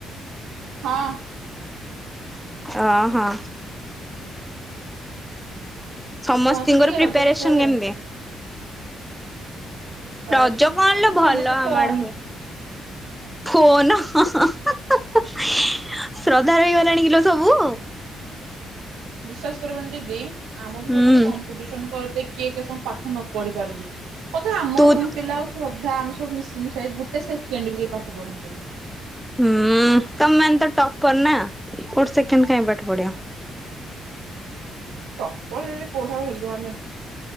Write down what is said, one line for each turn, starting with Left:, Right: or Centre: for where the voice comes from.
Right: ହଁ।
Centre: ଅ ହଁ। ସମସ୍ତିଙ୍କର
Right: କୁହନ୍ତୁ ଟିକେ
Centre: ପ୍ରିପାରେସନ
Right: ରଜ ବିଷୟରେ
Centre: କେମିତ?
Right: ପ୍ରିପାରେସନ
Centre: ରଜ କଣ ଲୋ ଭଲ
Right: ସମସ୍ତେ ଫୋନ
Centre: ଆମ ଆଡେ ହୁଏ। ଫୋନ ଶ୍ରଦ୍ଧା ହେଇଗଲାଣି କିଲୋ ସବୁ।
Right: ବିଶ୍ଵାସ କରିବନି ଦିଦି ଆମ ଭିତରେ
Centre: ହୁଁ
Right: ଖାଲି କମ୍ପିଟିସନ କରିଦେ କିଏ କେ ସମ ପାଠ ନ ପଢି ପାରୁଛି ବୋଧେ ଆମ
Centre: ତୁ
Right: ରୁମ୍ ପିଲା ଆଉ ଶ୍ରଦ୍ଧା ଆମେ ସବୁ ମିଶି ମିଶାଇକ ଗୋଟେ ସେକେଣ୍ଡ ବି କେହି ପାଠ ପଢନ୍ତୁନି।
Centre: ହୁଁ ତମ ମାନେ ତ ଟପର ନା ଗୋଟେ ସେକେଣ୍ଡ କାଇଁ ପାଠ ପଢ଼ିବ।
Right: ଟପର ରି ରି କୋଉଠି ଆଉ ହେଲୁ ଆମେ।